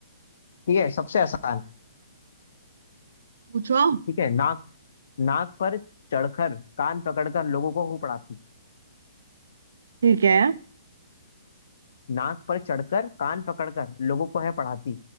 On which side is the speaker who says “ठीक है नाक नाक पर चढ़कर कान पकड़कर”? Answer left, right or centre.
Left